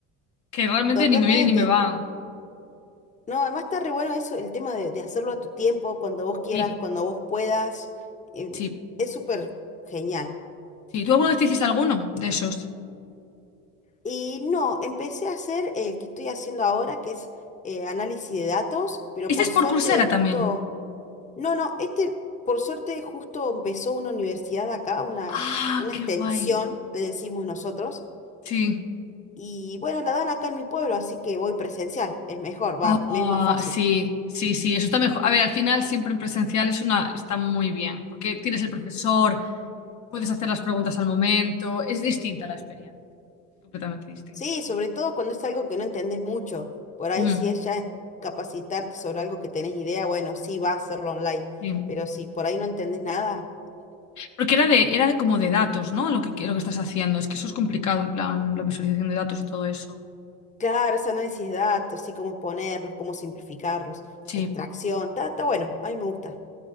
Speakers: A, on the left (about 50°); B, on the left (about 20°).
A: que realmente
B: Totalmente.
A: ni me vienen ni me van.
B: No, además está re bueno eso, el tema de, de hacerlo a tu tiempo, cuando vos quieras,
A: Sí,
B: cuando vos puedas. eh,
A: sí,
B: es súper genial.
A: sí. ¿Tú alguna vez te hiciste alguno de esos?
B: Y no, empecé a hacer el que estoy haciendo ahora, que es eh, análisis de datos, pero
A: ¿Este
B: por
A: es por
B: suerte
A: Coursera
B: justo
A: también?
B: No, no, este por suerte justo empezó una universidad acá, una,
A: Ah,
B: una
A: qué
B: extensión,
A: guay.
B: le decimos nosotros,
A: Sí.
B: y bueno, la dan acá en mi pueblo, así que voy presencial, es mejor, va,
A: Ah,
B: me es más fácil.
A: sí, sí, sí, eso está mejor. A ver, al final siempre en presencial es una, está muy bien, porque tienes el profesor, puedes hacer las preguntas al momento, es distinta la experiencia, completamente distinta.
B: Sí, sobre todo cuando es algo que no entendés mucho, por ahí
A: Ujú,
B: si es ya capacitarte sobre algo que tenés idea, bueno, sí va a hacerlo online,
A: sí.
B: pero si por ahí no entendés nada,
A: Porque era de, era de como de datos, ¿no? Lo que, lo que estás haciendo, es que eso es complicado, en plan, la visualización de datos y todo eso.
B: claro, es análisis de datos, sí, cómo ponerlos, cómo simplificarlos,
A: Sí.
B: extracción, está, está bueno, a mí me gusta,